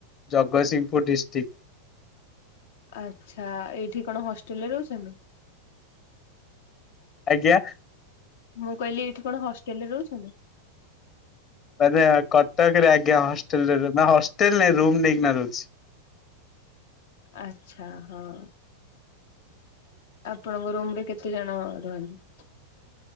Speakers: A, on the left (about 30°); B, on the left (about 55°).
A: ଜଗତସିଂହପୁର ଡିଷ୍ଟ୍ରିକ୍ଟ।
B: ଆଚ୍ଛା, ଏଇଠି କଣ ହଷ୍ଟେଲ ରେ ରହୁଛନ୍ତି?
A: ଆଜ୍ଞା?
B: ମୁଁ କହିଲି, ଏଇଠି କଣ ହଷ୍ଟେଲ ରେ ରହୁଛନ୍ତି?
A: ଆରେ କଟକରେ ଆଜ୍ଞା ହଷ୍ଟେଲରେ ରହୁ, ନା ହଷ୍ଟେଲ ନାଇଁ ରୁମ ନେଇକିନା ରହୁଚି।
B: ଆଚ୍ଛା, ହଁ। ଆପଣଙ୍କ ରୁମ ରେ କେତେ ଜଣ ରୁହନ୍ତି?